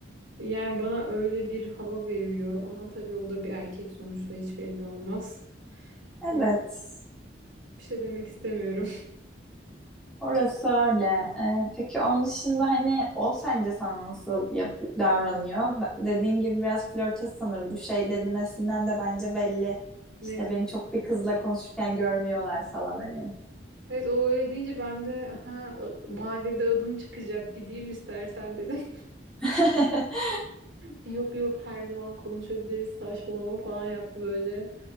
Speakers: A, on the right; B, in the centre.
A: Yani bana öyle bir hava veriyor ama tabii o da bir erkek sonuçta hiç belli olmaz.
B: Evet,
A: O bir şey demek istemiyorum. <laughs>
B: orası öyle. E, peki onun dışında hani o sence sana nasıl yap davranıyor? Be- Dediğin gibi biraz flörtöz sanırım. Bu şey dedimesinden de bence belli.
A: Ne
B: İşte
A: demek?
B: beni çok bir kızla konuşurken görmüyorlar falan hani.
A: Evet o öyle deyince ben de ha a- mahallede adın çıkacak gideyim istersen dedim.
B: <laughs>
A: <laughs> Yok yok her zaman konuşabiliriz saçmalama falan yaptı böyle.